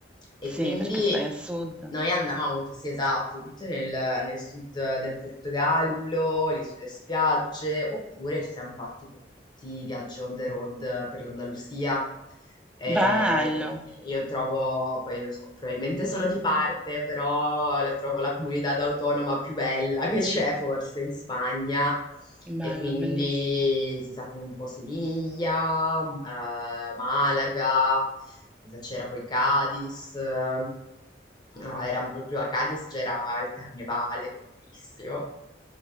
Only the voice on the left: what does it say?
e
quindi
noi andavamo, tu- sì esatto, tutte nel, nel sud del Portogallo, lì sulle spiagge, oppure ci siamo fatti proprio tutti i viaggi on the road per l'Andalusia eh,
che che io trovo, poi lo so, probabilmente sono di parte, però la trovo la comunità autonoma più bella che c'è forse in Spagna. E
quindi
si è stato un po' Siviglia, m- eh, Malaga, cosa c'era poi Cadiz. eh, no, era proprio a Cadiz c'era il carnevale, bellissimo.